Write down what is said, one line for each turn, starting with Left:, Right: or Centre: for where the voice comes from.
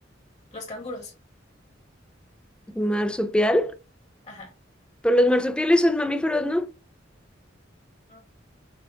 Left: los canguros.
Centre: ¿Marsupial?
Left: Ajá.
Centre: Pero los marsupiales son mamíferos, ¿no?
Left: Ah.